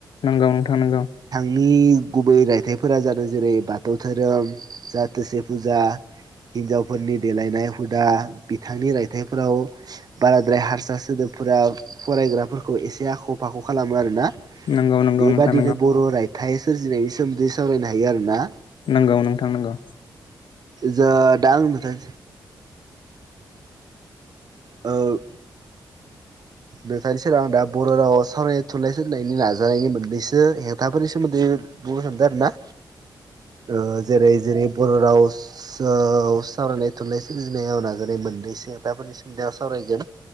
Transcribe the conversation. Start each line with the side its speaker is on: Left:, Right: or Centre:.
Left: नंगौ नोंथां नंगौ
Right: नि गुबै रायथाइफोरा जादों जेरै बाथौ धोरोम जाथोसे फुजा हिनजावफोरनि देलायनाय हुदा बिथांनि रायथाइफोराव बाराद्राय हारसा सोदोब फोरा फरायग्राफोरखौ एसे आख' फाख' खालामो आरोना
Left: नोंगौ
Right: बेबादिनो
Left: नोंथां
Right: बर' रायथाइ सोरजिनायनि सावरायनो हायो आरोना
Left: नोंगौ नोंगौ नोंथां नोंगौ
Right: जा दा आं नोंथां औ नोंथानि सेराव आं दा बर' रावाव सावरायनाय थुनलाइ सोरायनायनि नाजानायनि मोननैसो हेंथाफोरनि सोमोन्दै बुंनो सानदों आरोना
Left: <inaudible>
Right: ओ जेरै जेरै बर' राव सावरायनाय थुनलाइ सोरजिनायाव नाजानाय मोननैसो खोथाफोरनि सोमोन्दै आं सावरायगोन